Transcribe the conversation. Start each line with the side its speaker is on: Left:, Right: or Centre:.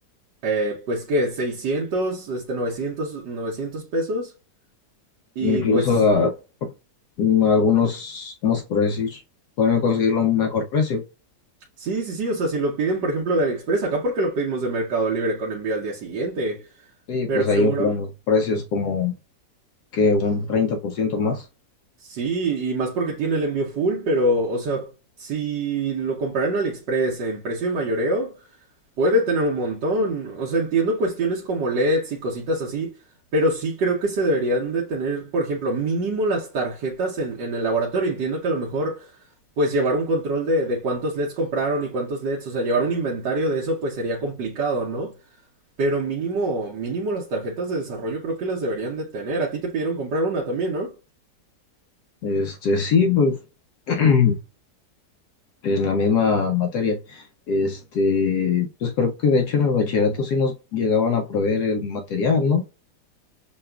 Right: eh, pues que 600, este, 900, 900 pesos. Y
Left: Incluso
Right: pues
Left: a- mm, algunos, ¿cómo se puede decir? Pueden conseguirlo a un mejor precio.
Right: sí, sí, sí, o sea, si lo piden, por ejemplo, de AliExpress, acá porque lo pedimos de Mercado Libre con envío al día siguiente,
Left: Sí,
Right: pero
Left: pues
Right: seguro,
Left: ahí inflan los precios como que un 30% más.
Right: sí, y más porque tiene el envío full, pero, o sea, si lo compraran en AliExpress en precio de mayoreo. Puede tener un montón. O sea, entiendo cuestiones como LEDs y cositas así, pero sí creo que se deberían de tener, por ejemplo, mínimo las tarjetas en, en el laboratorio. Entiendo que a lo mejor, pues llevar un control de, de cuántos LEDs compraron y cuántos LEDs, o sea, llevar un inventario de eso, pues sería complicado, ¿no? Pero mínimo, mínimo las tarjetas de desarrollo creo que las deberían de tener. A ti te pidieron comprar una también, ¿no?
Left: Este, sí, pues <clears throat> en la misma materia. Este, pues creo que de hecho en el bachillerato sí nos llegaban a proveer el material, ¿no?